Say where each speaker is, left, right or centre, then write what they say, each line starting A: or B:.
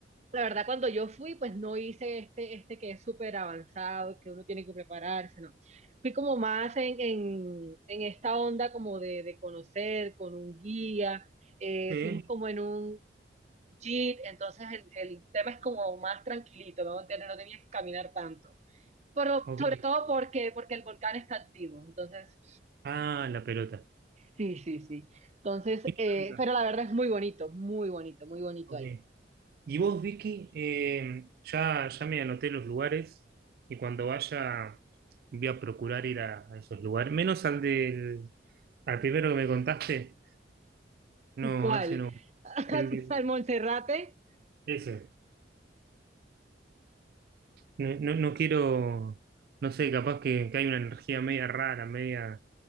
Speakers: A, on the right; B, on the right.
A: la verdad, cuando yo fui, pues no hice este, este que es súper avanzado, que uno tiene que prepararse, ¿no? Fui como más en, en, en esta onda como de, de conocer con un guía, eh,
B: Sí.
A: fuimos como en un, jeep, entonces el, el tema es como más tranquilito, ¿no? Entonces, no tenías que caminar tanto. Pero
B: Ok.
A: sobre todo porque, porque el volcán está activo, entonces...
B: Ah, la pelota.
A: Sí, sí, sí. Entonces,
B: Pregunta.
A: eh, pero la verdad es muy bonito, muy bonito, muy bonito
B: Ok.
A: ahí.
B: Y vos, Vicky, eh, ya, ya me anoté los lugares y cuando vaya voy a procurar ir a, a esos lugares, menos al del, al primero que me contaste. No,
A: ¿Cuál?
B: ese no.
A: <laughs>
B: El de-
A: Al Monserrate
B: ese. No, no, no quiero, no sé, capaz que, que hay una energía media rara, media,